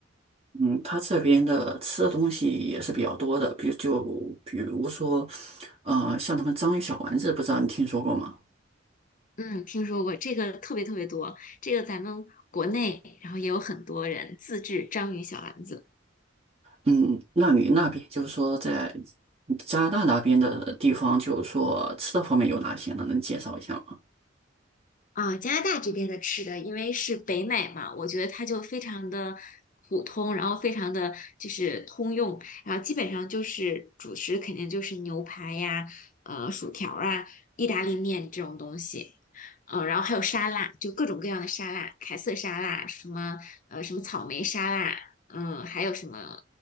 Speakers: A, on the right; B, on the left.
A: 嗯，他这边的吃的东西也是比较多的，比如就比如说，嗯，像他们章鱼小丸子，不知道你听说过吗？
B: 嗯，听说过这个特别特别多，这个咱们国内然后也有很多人自制章鱼小丸子。
A: 嗯，那你那边就是说在加拿大那边的地方，就是说吃的方面有哪些呢？能介绍一下吗？
B: 啊，加拿大这边的吃的，因为是北美嘛，我觉得它就非常的普通，然后非常的就是通用，然后基本上就是主食肯定就是牛排呀、呃薯条啊、意大利面这种东西，呃，然后还有沙拉，就各种各样的沙拉，凯撒沙拉，什么呃什么草莓沙拉，嗯、还有什么